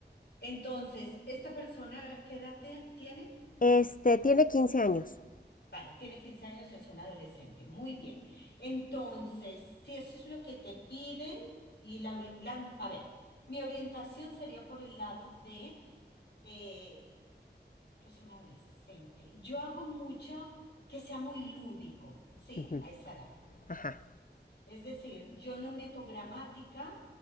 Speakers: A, on the left; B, on the left.
A: Entonces, ¿esta persona qué edad te- tiene?
B: Este, tiene 15 años.
A: Vale, tiene 15 años, es un adolescente. Muy bien. Entonces, si eso es lo que te piden, y la, ori- la- a ver, mi orientación sería por el lado de eh, que es un adolescente. Yo hago mucho que sea muy lúdico, ¿sí?
B: Ujú.
A: A esa edad.
B: Ajá.
A: Es decir, yo no meto gramática,